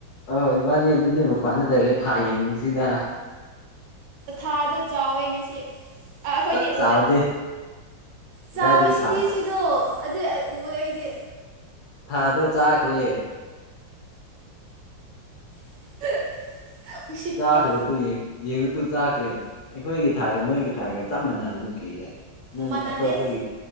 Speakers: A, on the left (about 65°); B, on the right (about 70°).
A: ꯑꯣ ꯏꯕꯅꯤ ꯑꯗꯨꯗꯤ ꯃꯄꯥꯟꯗ ꯂꯩꯔꯦ ꯊꯥ ꯌꯦꯡꯁꯤꯗ
B: ꯊꯥꯗ ꯆꯥꯎꯋꯦ ꯉꯁꯤ ꯑꯩꯈꯣꯏꯗꯤ
A: ꯄꯨꯂꯞ ꯆꯥꯎꯗꯦ
B: ꯎꯑꯦ
A: ꯀꯗꯥꯏꯗꯒꯤ
B: ꯆꯥꯎꯋꯦ ꯁꯤꯗꯤ
A: ꯊꯥ
B: ꯁꯤꯗꯣ ꯑꯗꯨ ꯑꯩ ꯎꯑꯦ ꯑꯩꯗꯤ
A: ꯊꯥꯗꯣ ꯆꯥꯈ꯭ꯔꯦ
B: <inaudible> ꯎꯁꯤꯠꯇꯕ
A: ꯆꯥꯈ꯭ꯔꯦ ꯇ ꯌꯦꯡꯉꯨ ꯇꯨ ꯆꯥꯈ꯭ꯔꯦ ꯑꯩꯈꯣꯏꯒꯤ ꯊꯥꯒ ꯅꯣꯏꯒꯤ ꯊꯥꯒ ꯆꯞ ꯃꯥꯟꯅꯕ ꯅꯤ ꯀꯔꯤꯔ ꯅꯪ
B: ꯃꯥꯟꯅꯗꯦ
A: ꯑꯇꯣꯞꯄꯒꯤ